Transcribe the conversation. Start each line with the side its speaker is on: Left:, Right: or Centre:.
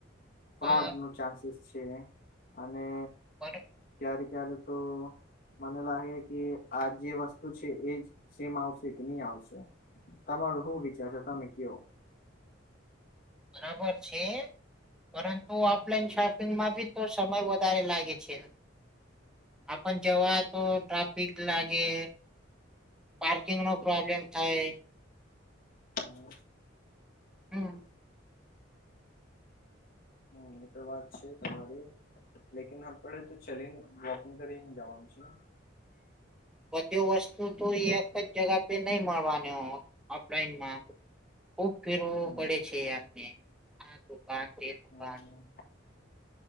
Left: ફ્રોડ
Centre: બ-
Left: નું ચાન્સીસ છે, અને
Centre: પણ
Left: ક્યારે ક્યારે તો. મને લાગે કે, આ જે વસ્તુ છે એજ સેમ આવશે કે નહી આવશે. તમારો શું વિચાર છે? તમે કયો.
Centre: બરાબર છે. પરંતુ ઓફલાઈન શોપિંગમાં બી તો સમય વધારે લાગે છે. આપણ જેવા. તો ટ્રાફિક લાગે, પાર્કિંગ નો પ્રોબ્લેમ થાય.
Left: હા.
Centre: હમ.
Left: હમ, એતો વાત છે તમારી. લેકન આપડે, તો ચલીને વોકિંગ કરીને જવાનું છે ને.
Centre: બધી વસ્તુ તો એક જગા પે નઈ મળવાની. ઓફલાઈનમાં ખુબ ફેરવો
Left: હમ
Centre: પડે છે, આપને હ. ક
Left: હમ
Centre: <unintelligible>